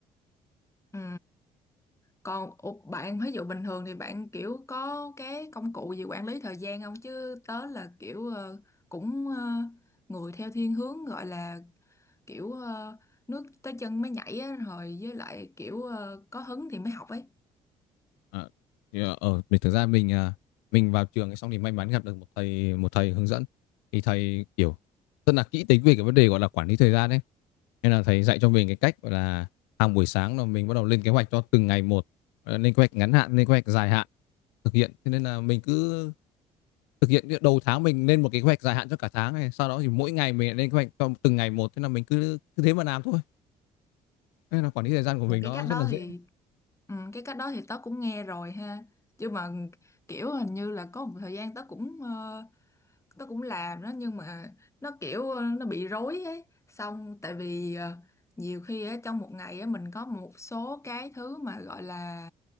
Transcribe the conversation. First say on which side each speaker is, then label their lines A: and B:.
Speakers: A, on the left; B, on the left.
A: ừ Còn ủa, bạn ví dụ bình thường thì bạn kiểu có cái công cụ gì quản lý thời gian không? Chứ tớ là kiểu ờ, cũng ờ, người theo thiên hướng gọi là kiểu ờ, nước tới chân mới nhảy á, rồi với lại kiểu ờ, có hứng thì mới học ấy.
B: À, thì, ờ, ở mình thực ra mình à, mình vào trường ấy xong thì may mắn gặp được một thầy một thầy hướng dẫn thì thầy kiểu rất là kỹ tính về cái vấn đề gọi là quản lý thời gian đấy nên là thầy dạy cho mình cái cách gọi là hàng buổi sáng là mình bắt đầu lên kế hoạch cho từng ngày một Ờ, lên kế hoạch ngắn hạn lên kế hoạch dài hạn thực hiện thế nên là mình cứ thực hiện đầu tháng mình lên một cái kế hoạch dài hạn cho cả tháng này sau đó thì mỗi ngày mình lại lên kế hoạch cho từng ngày một thế là mình cứ cứ thế mà làm thôi nên là quản lý thời gian của
A: Một
B: mình
A: cái
B: nó
A: cách
B: rất
A: đó
B: là dễ
A: thì ừ, cái cách đó thì tớ cũng nghe rồi ha. Chứ mà kiểu hình như là có một thời gian tớ cũng ờ, tớ cũng làm đó nhưng mà nó kiểu ờ, nó bị rối ấy xong tại vì ờ, nhiều khi á trong một ngày á mình có một số cái thứ mà gọi là